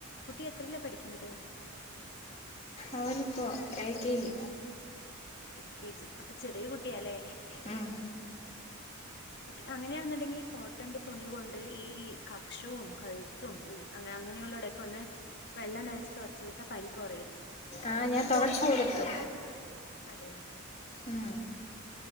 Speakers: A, on the left (about 50°); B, on the left (about 30°).
A: കുട്ടി എത്രല്ലേ പഠിക്കുന്നത്
B: അവനിപ്പോ L K G
A: L K G അപ്പൊ ചെറിയ കുട്ടിയാലേ
B: ഉം
A: കുട്ടി അങ്ങനെയാണെന്നുണ്ടെങ്കിൽ ഈ കോട്ടന്റെ തുണി കൊണ്ട് ഈ കക്ഷവും കഴുത്തും അങ്ങ അങ്ങനെയുള്ള ഇടെയൊക്കെ ഒന്ന് വെള്ളം നനച്ച് തുടച്ച വിട്ടാ പനി കുറയും
B: ആഹ് ഞാൻ തുടച്ചു കൊടുത്തു
A: അതെയോ
B: ഉം